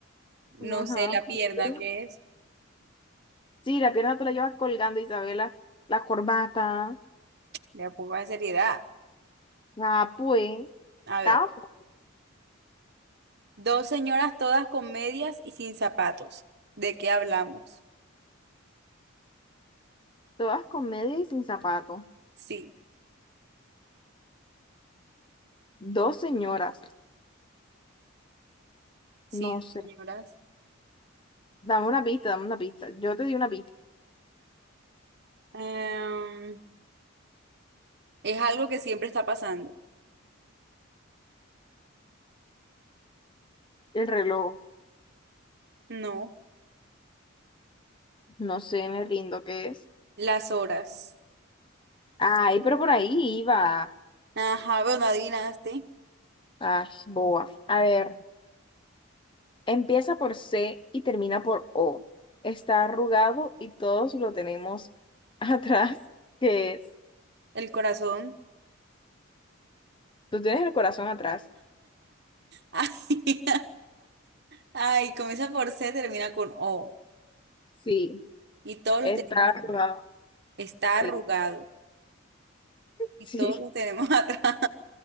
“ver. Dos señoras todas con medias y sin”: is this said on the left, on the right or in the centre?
Right